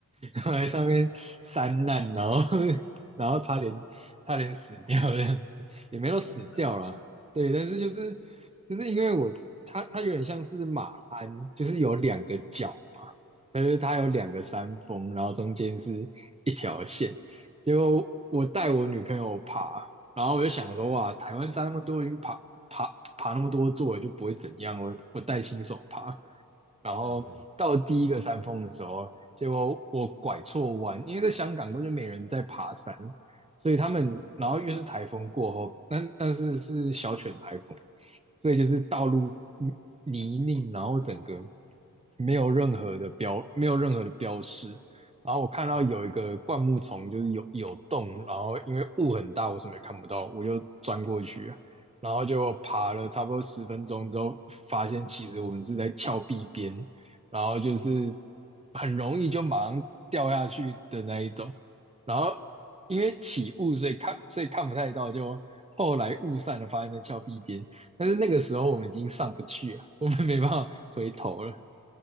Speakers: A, on the right; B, on the left.
A: 然后来上面山难，
B: 哦
A: 然后 <laughs> 然后差点差点死掉这样子，也没有死掉啦。
B: 哦，真的吗？
A: 对，但是就是就是因为我它它有点像是马鞍，就是有两个角嘛，但是它有两个山峰，
B: <laughs> 啊，是
A: 然后中间是一条线。结果我带我女朋友爬，然后我就想说哇，台湾山那么多，已经爬爬爬那么多座就不会怎样，我我带新手爬。然后到第一个山峰的时候，
B: 是是，
A: 结果我拐错弯，因为在香港根本就没人在爬山，所以他们，
B: 嗯。
A: 然后又是台风过后，但但是是小犬台风，所以就是道路泥泥泞，然后整个没有任何的标，没有任何的标识。然后我看到有一个灌木丛，
B: 哦
A: 就是有有洞，然后因为雾很大，我什么也看不到，我就钻过去，然后就爬了差不多十分钟之后，发现其实我们是在峭壁边，然后就是
B: 哦
A: 很容易就马上掉下去的那一种。然后因为起雾，所以看所以看不太到，就后来雾散了，发现在峭壁边。但是那个时候我们已经上不去了，我们没办法回头了。